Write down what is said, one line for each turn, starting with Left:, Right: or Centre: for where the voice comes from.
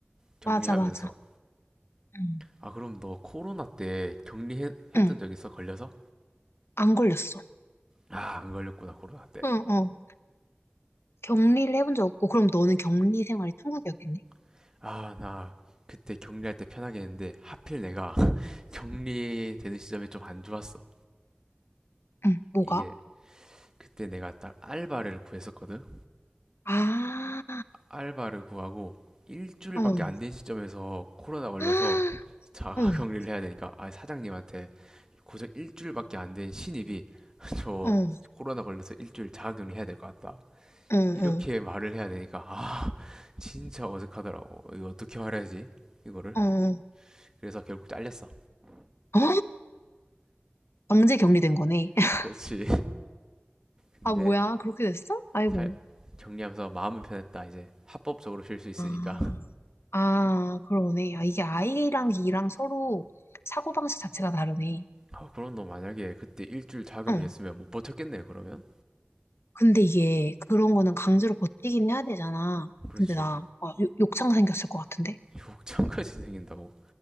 Right: 격리하면서
Left: 맞아 맞아. 응.
Right: 아 그럼 너 코로나 때 격리했던
Left: 응.
Right: 적 있어 걸려서?
Left: 안 걸렸어.
Right: 아 안 걸렸구나 코로나
Left: 응, 응. 격리를 해본 적 없고 그럼 너는 격리 생활이 천국이었겠네?
Right: 때 아 나 그때 격리할 때 편하게 했는데 하필 내가 <laughs> 격리되는 시점이 좀 안 좋았어
Left: 응, 뭐가?
Right: 이게 그때 내가 딱 알바를 구했었거든
Left: 아,
Right: 알바를 구하고 일주일밖에
Left: 어,
Right: 안 된 시점에서 코로나 걸려서
Left: 아,
Right: 자가
Left: 응,
Right: 격리를 해야 되니까 아 사장님한테 고작 일주일밖에 안 된 신입이 <laughs> 저
Left: 어,
Right: 코로나 걸려서 일주일 자가격리 해야 될 것 같다.
Left: 응,
Right: 이렇게 말을 해야 되니까 아 진짜 어색하더라고. 이거 어떻게 말해야지 이거를?
Left: 응, 어,
Right: 그래서 결국 잘렸어.
Left: 어, 강제 격리된 거네.
Right: <laughs>
Left: <laughs>
Right: 그렇지. 근데
Left: 아, 뭐야, 그렇게 됐어? 아이고.
Right: 살 정리하면서 마음은 편했다. 이제 합법적으로 쉴 수 있으니까.
Left: 아, 아, 그러네. 아, 이게 I랑 E랑 서로 사고방식 자체가 다르네.
Right: <laughs> 아 그럼 너 만약에 그때 일주일 자가격리했으면
Left: 응.
Right: 못 버텼겠네 그러면?
Left: 근데 이게 그런 거는 강제로 버티긴 해야 되잖아.
Right: 그렇지.
Left: 근데 나 와, 욕- 욕창 생겼을 것 같은데?
Right: 욕창까지 생긴다고.